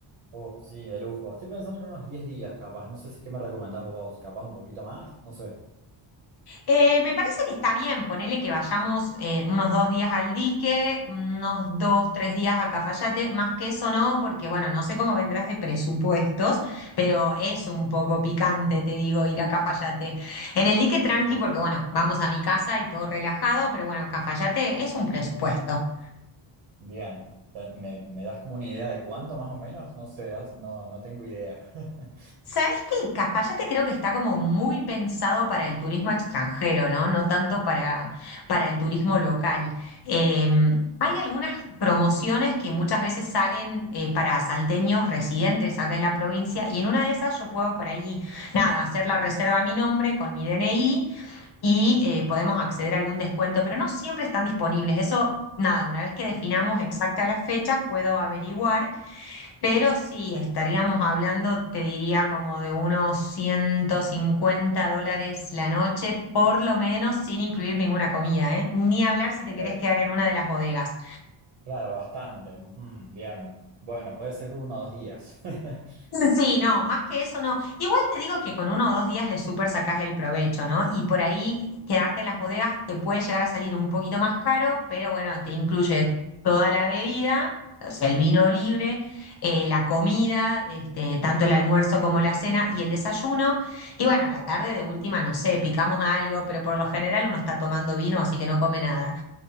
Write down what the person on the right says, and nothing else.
Oh, sí, de lujo. Estoy pensando en unos 10 días, capaz. No sé si qué me recomendás vos, capaz un poquito más, no sé.
Bien.
Bien. Te- ¿Me, me das como una idea de cuánto más o menos? No sé, das- no, no tengo idea. <laughs>
Ok.
Claro, bastante. Ujú, Bien. Bueno, puede ser uno o dos días. <laughs>